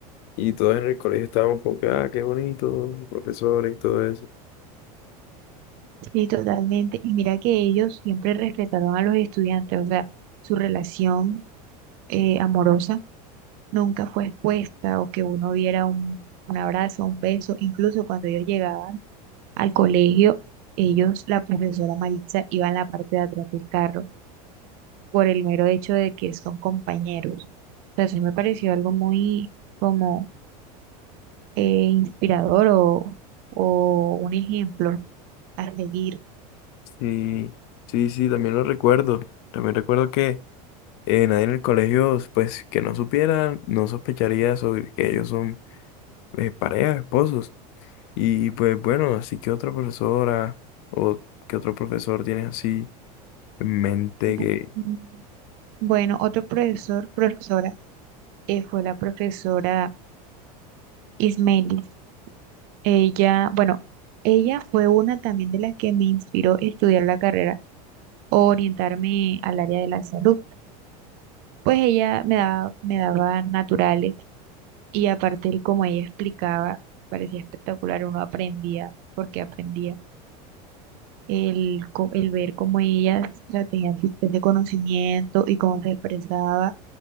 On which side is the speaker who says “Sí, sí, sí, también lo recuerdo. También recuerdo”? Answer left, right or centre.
Left